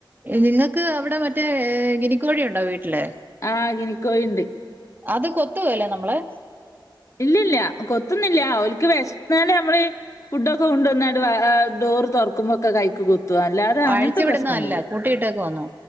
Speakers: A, on the right; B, on the left.
A: നിങ്ങക്ക് അവിടെ മറ്റേ ഗിനിക്കോഴിയുണ്ടോ വീട്ടില്
B: ആഹ് ഗിനിക്കോഴിണ്ട്
A: അത് കൊത്തുവേലെ നമ്മളെ
B: ഇല്ലല്ല കൊത്തുന്നില്ല ഓൽക്ക് വെശ് ന്നാല് നമ്മള് ഫുഡൊക്കെ കൊണ്ടുവന്നാണ്ട് വ ആ ഡോറ് തൊറക്ക്മ്പൊക്കെ കൈക്ക് കൊ ത്ത് അല്ലാതെ അങ്ങനത്തെ
A: അഴിച്ചു വിടുന്നതല്ല
B: പ്രശ്നൊന്നുല്ല
A: കൂട്ടിയിട്ടേക്കുവാന്നോ